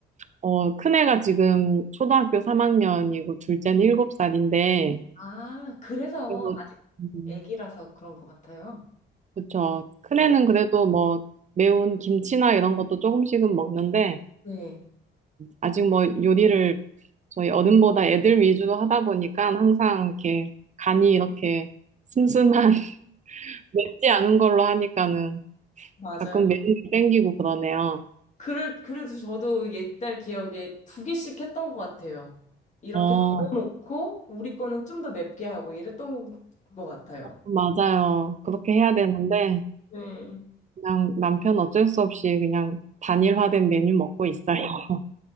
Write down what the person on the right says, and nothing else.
어, 큰애가 지금 초등학교 3학년이고 둘째는 7살인데,
그래서,
음,
그쵸. 큰애는
그래도 뭐 매운 김치나 이런 것도 조금씩은 먹는데,
아직 뭐 요리를 저희 어른보다 애들 위주로 하다 보니까 항상 이렇게 간이 이렇게 슴슴한 <laughs> 맵지 않은 걸로 하니까는
가끔 매운 게 땡기고 그러네요.
어,
맞아요. 그렇게 해야 되는데
그냥 남편 어쩔 수 없이 그냥 단일화된 메뉴 먹고 있어요. <laughs>